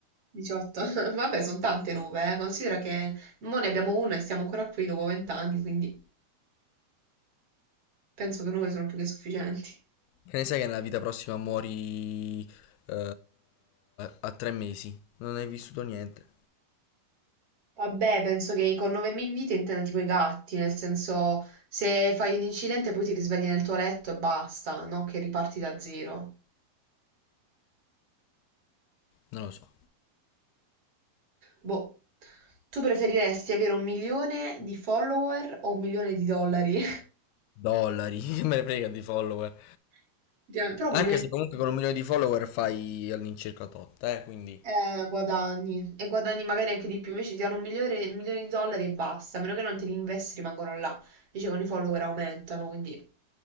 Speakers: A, on the right; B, on the left.
A: 18. <laughs> Vabbè, sono tante nove, eh. Considera che mo ne abbiamo una e siamo ancora qui dopo 20 anni, quindi penso che nove sono più che sufficienti.
B: Che ne sai che nella vita prossima muori eh, a tre mesi? Non hai vissuto niente.
A: Vabbè, penso che con 9.000 vite intenda tipo i gatti, nel senso se fai un incidente poi ti risvegli nel tuo letto e basta, no? Che riparti da zero.
B: Non lo so.
A: Boh, tu preferiresti avere un milione di follower o un milione di dollari?
B: Dollari, <laughs> che me ne frega di follower.
A: <laughs> Effettivamente, Però un
B: Anche
A: milione
B: se comunque con un milione di follower fai all'incirca tot, eh, quindi...
A: eh, guadagni e guadagni magari anche di più. Invece ti danno un milione, un milione di dollari e basta. A meno che non te li investi, rimangono là. Invece con i follower aumentano, quindi